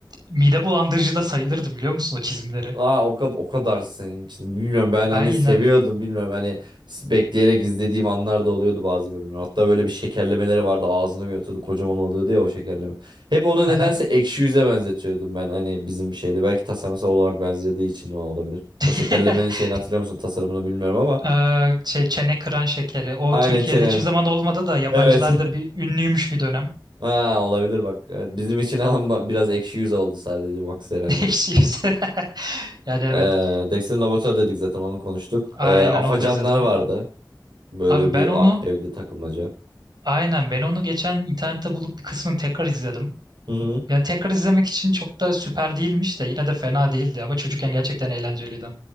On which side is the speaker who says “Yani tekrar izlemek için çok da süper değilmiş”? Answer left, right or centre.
Right